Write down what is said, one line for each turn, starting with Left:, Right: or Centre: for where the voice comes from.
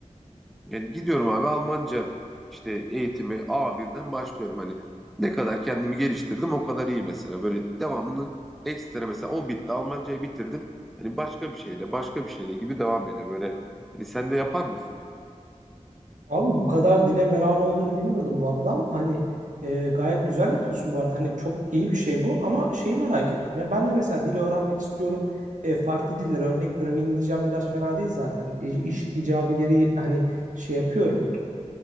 Centre: Yani gidiyorum abi Almanca işte eğitimi a birden başlıyorum. Hani ne kadar kendimi geliştirdim o kadar iyi mesela. Böyle devamlı ekstra mesela o bitti Almancayı bitirdim. Hani başka bir şeyle başka bir şeyle gibi devam ediyor. Böyle hani sen de yapar mısın?
Right: Abi bu kadar dile meran olduğunu bilmiyordum bu arada ama hani e, gayet güzel yapıyorsun bu arada. Hani çok iyi bir şey bu ama şeyi merak ettim. Ya ben de mesela dil öğrenmek istiyorum. E, farklı dillere örnek veriyorum. İngilizcem biraz fena değil zaten. İş, iş icabı yeri hani şey yapıyorum.